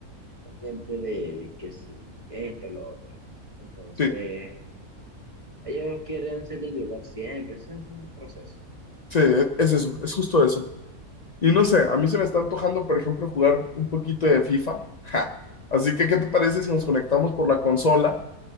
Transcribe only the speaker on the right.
pendiente de, de que si esto, lo otro. ¿no? Entonces,
ellos quieren ser titular siempre, eso es un proceso.